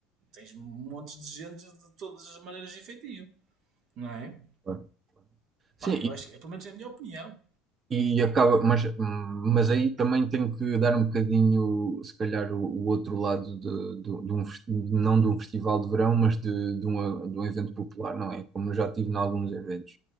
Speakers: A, on the right (about 50°); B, on the right (about 30°).
A: tens montes de gente de todas as maneiras de efetivo, não é?
B: claro. Sim,
A: Pá, eu acho que, pelo menos é a minha opinião,
B: E acaba, mas, mas aí também tenho que dar um bocadinho, se calhar, o, o outro lado de, de, de um, fes- não de um festival de verão, mas de, de, uma, de um evento popular, não é? Como eu já tive em alguns eventos,